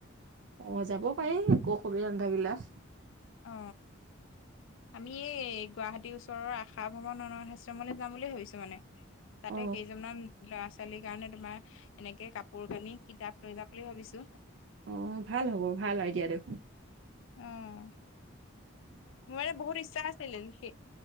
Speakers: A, on the right; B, on the left.
A: অ' যাব পাৰি একো অসুবিধা নাথাকিলে।
B: অ আমি এই গুৱাহাটী ওচৰৰ আশা ভৱন অনাথ আশ্ৰমলৈ যাম বুলি ভাবিছো মানে। তাতে
A: অ।
B: কেইজনমান ল'ৰা ছোৱালীৰ কাৰণে তোমাৰ এনেকে কাপোৰ কানি, কিতাপ লৈ যাম বুলি ভাবিছো।
A: অ' ভাল হ'ব ভাল আইদিয়া দেখোন।
B: অ মোৰ মানে বহুত ইচ্ছা আছিল সে,